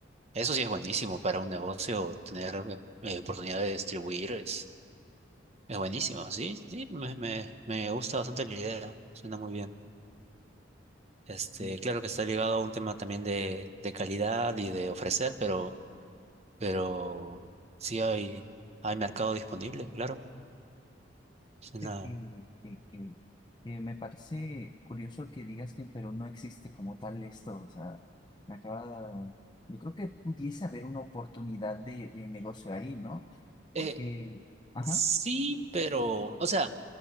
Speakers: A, on the right (about 35°); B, on the left (about 25°).
A: Eso sí es buenísimo para un negocio, tener eh, oportunidad de distribuir es, es buenísimo. Sí, sí, me, me, me gusta bastante la idea, suena muy bien. Este,
B: Y
A: claro que está ligado a un tema también de, de calidad y de ofrecer, pero, pero sí hay, hay mercado disponible, claro. Suena-
B: Fíjate Que, que, que, que me parece curioso que digas que en Perú no existe como tal esto. O sea, me acaba. Yo creo que pudiese haber una oportunidad de, de negocio ahí, ¿no? Porque,
A: eh,
B: ajá,
A: sí, pero, o sea,